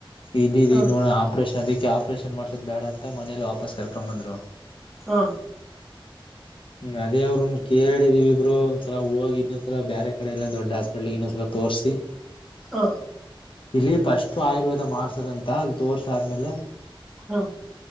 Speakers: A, on the left (about 70°); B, in the centre.
A: ಇದೀವಿ
B: ಹಾ
A: ನೋಡ ಆಪ್ರೇಷನ್ ಅದಕ್ಕೆ ಆ ಆಪರೇಷನ್ ಮಾಡ್ಸೋ ಬೇಡ ಅಂತ ಮನೇಲಿ ವಾಪಸ್ ಕರ್ಕೊಂಡ್ ಬಂದ್ರು
B: ಹಾ
A: ಹ್ಮ್ ಅದೇ ಅವ್ನ್ ಕೇಳಿದ್ವಿಬ್ರು ಒಂದ್ಸಲ ಹೋಗ ಇನ್ನೊಂದ್ಸಲ ಬೇರೆ ಕಡೆ ಇಲ್ಲಂದ ದೊಡ್ ಹಾಸ್ಪಿಟ್ಲ್ಗೆ ಇನ್ನೊಂದ್ಸಲ ತುಷ
B: ಹ
A: ಇಲ್ಲಿ ಫಸ್ಟ್ ಆಯುರ್ವೇದ ಮಾಡ್ಸದಂತ ಅಲ್ಲಿ ತೋರ್ಸಾದ್ಮೇಲೆ
B: ಹಾ